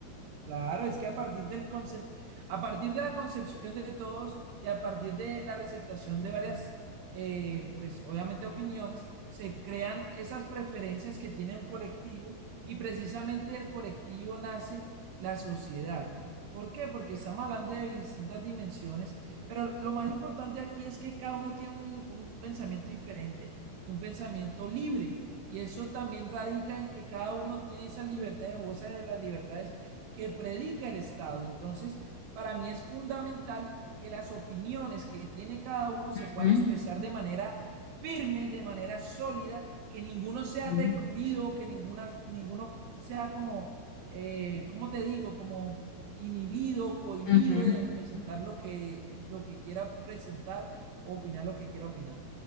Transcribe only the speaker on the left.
Ujú,
ujú,
ujú.